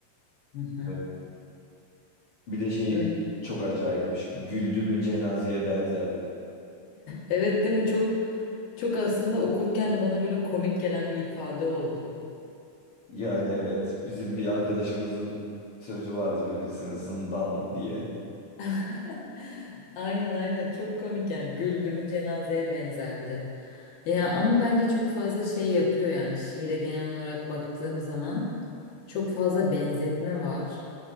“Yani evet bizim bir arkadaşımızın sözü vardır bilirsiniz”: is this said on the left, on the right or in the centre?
Left